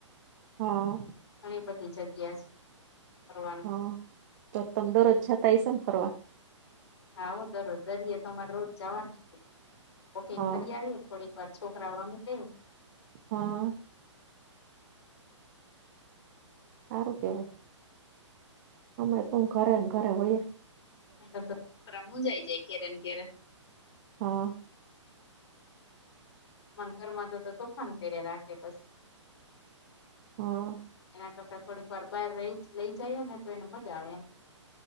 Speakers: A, on the right; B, on the left.
A: હા
B: ઘણી બધી જગ્યા છે ફરવાની.
A: હા તો તમ દરરોજ જતાંય હસો ન ફરવા.
B: હા હું દરરોજ દરિેયે તો અમારે રોજ જાવાની છે. વોકિંગ
A: હા
B: કરી આવીયે થોડીક વાર છોકરા રમી દઈ.
A: હા. હારું કેવાય અમે તો ઘરે ને ઘરે હોય.
B: <unintelligible> કરા મુુંજાય જાય ઘેરેન ઘેરે.
A: હા.
B: બંધ ઘરમાં તો તો તોફાન કરે રાખે પછી.
A: હા.
B: એના કરતા થોડીક વાર બાર રહીજ રહી જએ ને તો એને મજા આવે એમ.